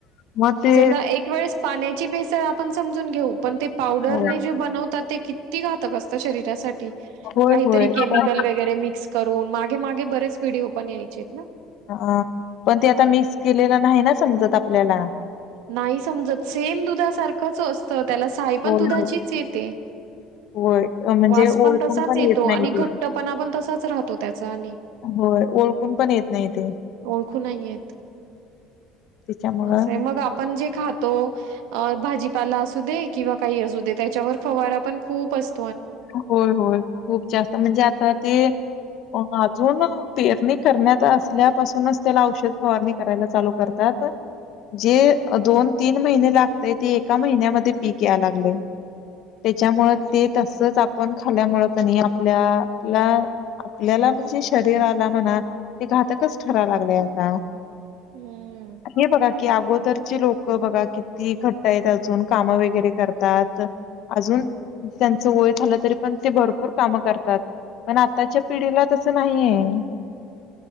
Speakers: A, on the left; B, on the right.
A: मग ते
B: चला एक वेळेस पाण्याची भेसळ आपण समजून घेऊ पण ते पावडरने
A: होय,
B: जे बनवतात ते किती घातक अस शरीरासाठी
A: होय.
B: काहीतरी
A: होय.
B: केमिकल
A: पण
B: वगैरे मिक्स करून मागे मागे बरेच व्हिडिओ पण यायचे ित ना
A: ह पण ते आता मिक्स केलेलं नाही ना समजत आपल्याला
B: नाही समजत सेम दुधासारखंच असतं त्याला साई पण
A: होय,
B: दुधाचीच
A: होय.
B: येते
A: होय. अ, म्हणजे
B: वास
A: ओळखून
B: पण तसाच येतो
A: येत नाही
B: आणि
A: ते.
B: घट्टपणा पण तसाच राहतो त्याचा आणि
A: होय ओळखून पण येत नाही ते
B: ओळखू नाही येत
A: त्याच्यामुळं
B: असं आहे मग आपण जे खातो भाजी ला असू दे किंवा काही असू दे त्याच्यावर फवारा पण खूप अस
A: होय होय खूप जास्त म्हणजे आता ते अजून पेरणी करण्यात असल्यापासूनच त्याला औषध फवारणी करायला चालू करतात ह का जे दोन तीन महिने लागतय ते एका महिन्यामध्ये पीक या लागले त्याच्यामुळे ते तस आपण खाल्यामूळ कनी. आपल्याला-आपल्याला म्हणजे शरीराला म्हणा. ते घातकच ठराय लागलेय आता.
B: हम्म.
A: हे बघा की. अगोदरची लोक बघा किती घट्ट आहेत. अजून कामं वगैरे करतात. अजून त्यांचं वय. झालं तरी पण ते भरपूर काम करतात. पण आताच्या पिढीला तसं नाही आहे.